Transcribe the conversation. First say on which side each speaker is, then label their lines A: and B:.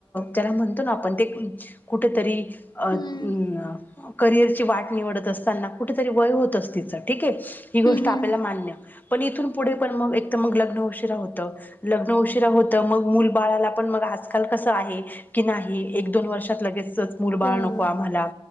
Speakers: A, on the left; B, on the left.
A: त्याला म्हणतो ना आपण ते कुठेतरी अ अ
B: हम्म
A: करिअरची वाट निवडत असताना कुठेतरी वय होतच तिचं ठीकये. ही गोष्ट
B: हम्म
A: आपल्याला
B: हम्म
A: मान्य पण इथून पुढे पण मग एक तर मग लग्न उशीरा होतं. लग्न उशिरा होतं मग मूल बाळाला पण मग आजकाल कसं आहे. कि नाही एक, दोन वर्षात लगेचच मुल, बाळ
B: हो
A: नको आम्हाला